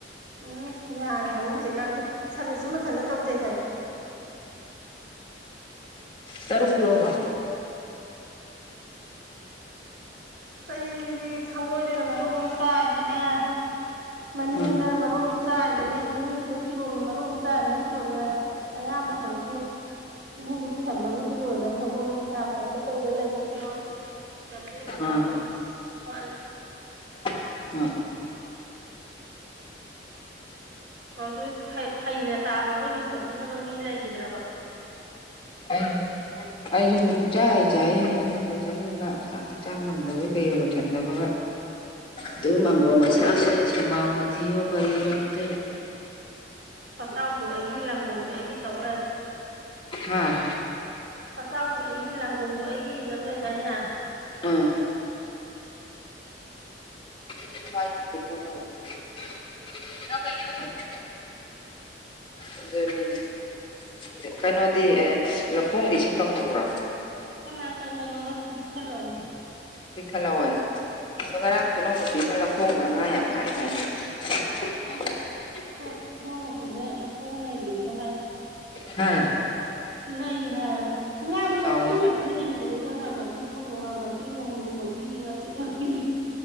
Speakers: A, on the right; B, on the left.
A: ꯎꯝ ꯌꯥꯔꯦ ꯍꯥꯏꯕꯃꯤ ꯍꯧꯖꯤꯛꯀꯥꯟꯗꯤ ꯁꯔꯕꯤꯁꯁꯨ ꯃꯊꯟꯗ ꯇꯧꯖꯩ ꯍꯥꯏꯌꯦ
B: ꯇꯔꯨꯛ ꯄꯤꯔꯛ ꯑꯣꯕ
A: ꯏꯁ ꯑꯩꯗꯤ ꯁꯪꯒꯣꯏꯗꯅ ꯃꯔꯣꯜ ꯑꯃ ꯆꯥꯏꯕꯅꯦ ꯃꯅꯤꯡꯗꯅ
B: ꯑꯥ
A: ꯃꯔꯣꯝ ꯆꯥꯏꯕꯅꯦ ꯏꯃꯨꯡꯗꯨ ꯐꯤꯔꯣꯜꯅ ꯃꯔꯣꯝꯃꯥ ꯆꯥꯏꯕꯅꯦ ꯐꯤꯔꯣꯜꯖꯦ ꯑꯌꯥꯝꯕ ꯁꯔꯨꯛꯇꯤ ꯏꯃꯨꯡꯗ ꯄꯨꯁꯟꯕꯒꯩꯗꯤ ꯂꯣꯏꯔꯦ ꯁꯪꯒꯣꯏꯗ ꯐꯤꯌꯥꯡ ꯈꯣꯛꯇ ꯀꯩꯗ ꯂꯩꯕ ꯐꯤꯔꯣꯜ ꯖꯝꯕꯣ ꯅꯨꯡꯕꯣ
B: ꯑꯥ
A: ꯏꯁ ꯋꯥꯠꯂꯤ
B: <unintelligible>
A: ꯑꯣ ꯑꯗꯨ ꯐꯩ ꯐꯩꯅ ꯇꯥꯕ ꯑꯃ ꯌꯨꯡꯈꯠꯄꯤꯅꯕ ꯃꯤ ꯂꯩꯒꯤꯗ꯭ꯔꯕ
B: ꯑꯩꯖꯨ ꯑꯩꯖꯨꯅꯤ ꯄꯨꯡꯆꯥꯏ ꯆꯥꯏꯔꯤ ꯌꯨꯝꯒꯥ ꯂꯣꯏꯁꯟ ꯅꯪ ꯁꯥ ꯍꯛꯆꯥꯡ ꯉꯝꯗꯕꯩ ꯀꯩꯒ ꯂꯣꯏꯁꯟꯗꯕꯒ ꯑꯗꯨ ꯃꯥꯡꯒꯣꯜꯒꯥ ꯁꯂꯥꯛ ꯁꯥꯒꯩ ꯁꯦꯝꯕꯥꯡ ꯃꯊꯤꯌꯣ ꯀꯩꯌꯣ ꯑꯃꯨꯛꯇꯣꯏꯕ
A: ꯄꯇꯆꯥꯎꯖꯨ ꯑꯩꯒꯤ ꯂꯥꯡꯒꯣꯡꯖꯨ ꯑꯩꯒꯤ ꯇꯧ ꯂꯩꯔꯦ
B: ꯍꯥꯥ
A: ꯄꯠꯆꯥꯎꯖꯨ ꯑꯩꯒꯤ ꯂꯥꯡꯒꯣꯡꯖꯨ ꯑꯩꯒꯤꯅꯥ ꯑꯝ ꯂꯩꯗꯥꯏꯅꯦ
B: ꯑꯥ <unintelligible> ꯑꯗꯨꯅꯤꯅꯦ ꯈꯪꯗꯦ ꯀꯩꯅꯣꯗꯤ ꯑꯦ ꯂꯧꯈꯣꯡꯗꯤ ꯏꯁꯤꯡ ꯀꯪꯍꯧꯕ꯭ꯔꯣ
A: ꯀꯅꯥ ꯀꯥꯡꯒꯅꯣꯗ ꯕꯤꯛ ꯊꯜꯍꯧꯏ
B: ꯄꯤꯛꯊꯜꯍꯧꯋꯦ ꯑꯗꯣ ꯉꯔꯥꯡ ꯈꯨꯅꯧ ꯅꯨꯄꯤꯅ ꯂꯧꯈꯣꯡꯗ ꯉꯥ ꯌꯥꯝ ꯐꯥꯏ ꯍꯥꯏꯅꯦ <unintelligible>
A: ꯍꯣꯏ ꯈꯨꯅꯎ ꯅꯨꯨꯄꯤꯅ ꯂꯧꯈꯣꯡ ꯅꯩꯒꯤꯕꯒꯤ ꯍꯥꯏ
B: ꯍꯥ
A: ꯅꯩ ꯍꯥꯏꯕ ꯉꯥꯗꯣ ꯃꯄꯤ
B: ꯑꯥꯎ
A: ꯉꯛꯇꯅꯤ ꯏꯆꯦꯕꯦꯇꯣꯟ ꯏꯔꯥꯡ ꯉꯥ ꯃꯄꯤ ꯐꯥꯕꯧꯉꯥ ꯃꯄꯤ ꯉꯥꯃꯨ ꯃꯄꯤ ꯉꯥꯆꯤꯛ ꯃꯄꯤ